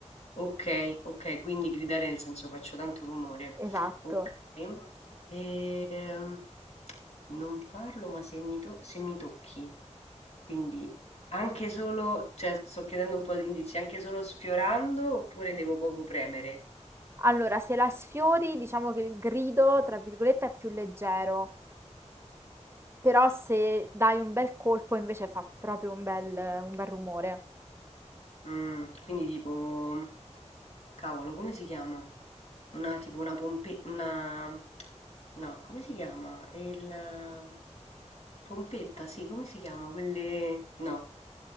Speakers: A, on the left (about 60°); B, on the right (about 20°).
A: Ok, ok, quindi gridare nel senso faccio tanto rumore.
B: Esatto.
A: Ok. Ehm, non parlo, ma se mi, to- se mi tocchi, quindi anche solo, cioè sto chiedendo un po' di indizi, anche solo sfiorando oppure devo poco premere?
B: Allora, se la sfiori, diciamo che il grido, tra virgolette, è più leggero, però se dai un bel colpo invece fa proprio un bel, un bel rumore.
A: Mm, quindi tipo, cavolo, come si chiama? Una tipo una pompe... una... no, come si chiama? Il... Pompetta, sì, come si chiama? Quelle... no.